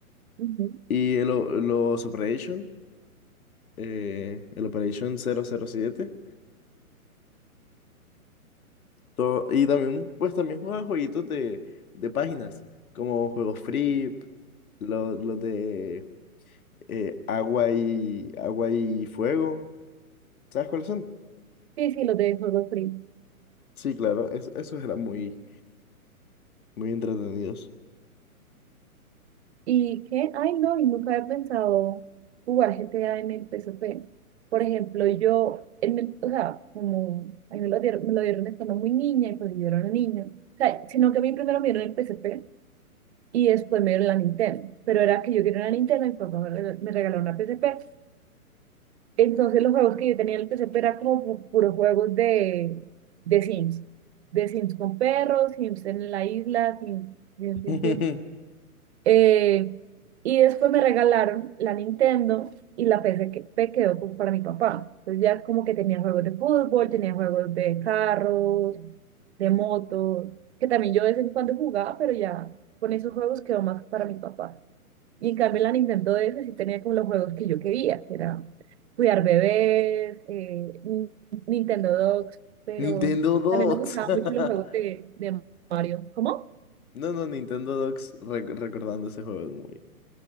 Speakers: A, on the right; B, on the left.
A: ujú.
B: y el, o- los Operation, eh, el Operation cero cero siete todo y también, pues también jugaba jueguitos de, de páginas, como juegos free, los, los de eh, agua y, agua y fuego. ¿Sabes cuáles son?
A: Sí, sí, los de Halo Free.
B: Sí, claro, es- esos eran muy, muy entretenidos.
A: ¿Y qué? Ay, no, y nunca había pensado jugar GTA en el P S P Por ejemplo, yo, en el- o sea, como a mí me lo dieron, me lo dieron estando muy niña y pues yo era una niña. O sea, sino que a mí primero me dieron el P S P y después me dieron la Nintendo. Pero era que yo quería una Nintendo y mi papá me re- me regaló una P S P Entonces los juegos que yo tenía en el PCP eran como pu- puros juegos de, de Sims. De Sims con perros, Sims en la isla, Sims, Sims,
B: <laughs>
A: Sims, Sims. Eh, y después me regalaron la Nintendo y la P C que que quedó como para mi papá. Entonces ya como que tenía juegos de fútbol, tenía juegos de carros, de motos, que también yo de vez en cuando jugaba, pero ya con esos juegos quedó más para mi papá. Y en cambio la Nintendo DS sí tenía como los juegos que yo quería, que era cuidar bebés, eh, Nin- Nintendo Dogs, pero
B: Nintendo Docs
A: también me gustaban
B: <laughs>
A: mucho los juegos de, de Mario. ¿Cómo?
B: No, no, Nintendo Docs rec- recordando ese juego es muy,